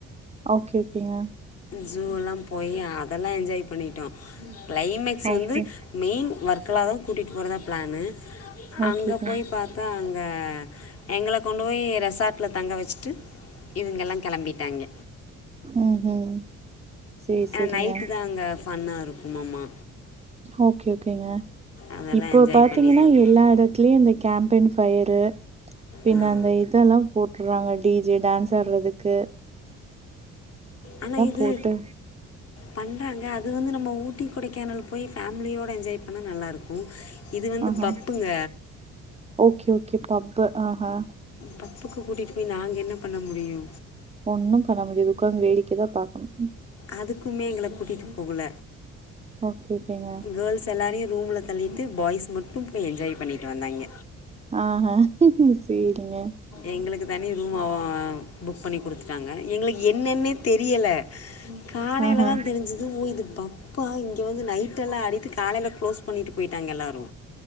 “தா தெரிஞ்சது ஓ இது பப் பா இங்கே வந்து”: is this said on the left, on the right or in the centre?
Left